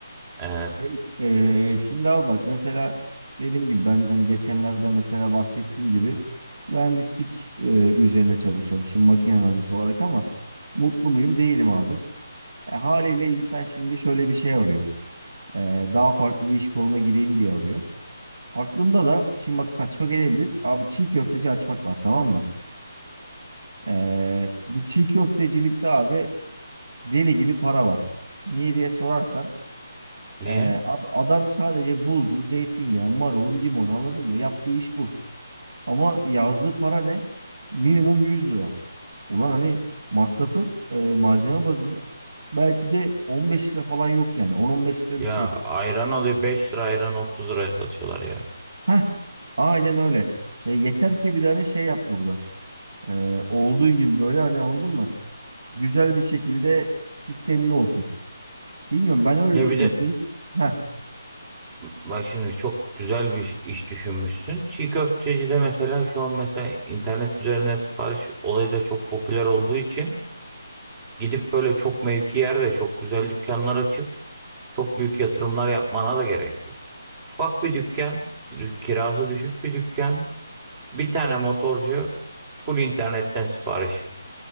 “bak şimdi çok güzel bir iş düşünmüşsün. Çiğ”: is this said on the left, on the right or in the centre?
Right